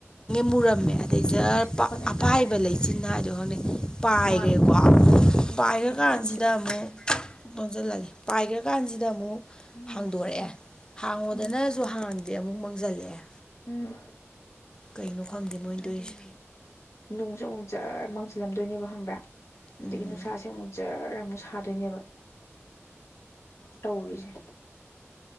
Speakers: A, on the left (about 15°); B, on the left (about 75°).
A: ꯃꯨꯔꯝꯃꯦ ꯑꯗꯩ
B: ꯑꯁ
A: ꯖꯔ
B: ꯅꯨꯡꯁꯤꯠ ꯃꯈꯣꯟ ꯌꯥꯝ
A: ꯑꯄꯥꯏꯕ
B: ꯇꯥꯔꯦ
A: ꯂꯩꯆꯤꯟꯅ ꯍꯥꯏꯗꯣ ꯈꯪꯗꯦ ꯄꯥꯏꯔꯦꯀꯣ
B: ꯃꯥꯅꯦ ꯎꯝ
A: ꯄꯥꯏ
B: ꯅꯨꯡꯁꯤꯠ
A: ꯀꯥꯟꯁꯤꯗ
B: ꯌꯥꯝ ꯁꯤꯠꯂꯦ
A: ꯑꯃꯨꯛ ꯂꯣꯟꯁꯤꯜꯂꯒꯦ ꯄꯥꯏ ꯀꯥꯟꯁꯤꯗ ꯑꯃꯨꯛ
B: ꯎꯝ
A: ꯍꯥꯡꯗꯣꯔꯛꯑꯦ ꯍꯥꯡꯉꯣꯗꯅꯁꯨ
B: ꯎꯝ
A: ꯍꯥꯡꯗꯦ ꯑꯃꯨꯛ ꯃꯥꯡꯁꯤꯜꯂꯛꯑꯦ
B: ꯎꯝ
A: ꯀꯩꯅꯣ ꯈꯪꯗꯦ ꯃꯣꯏ ꯇꯣꯏꯁꯦ
B: ꯅꯣꯡꯁꯨ ꯑꯃꯨꯛ ꯖꯔ ꯃꯥꯡꯁꯤꯜꯂꯝꯗꯣꯏꯅꯦꯕ ꯈꯪꯕ꯭ꯔꯥ ꯑꯗꯒꯤ
A: ꯎꯝ
B: ꯅꯨꯡꯁꯥꯁꯦ ꯑꯃꯨꯛ ꯖꯔ ꯑꯃꯨꯛ ꯁꯥꯗꯣꯏꯅꯦꯕ ꯇꯧꯔꯤꯁꯦ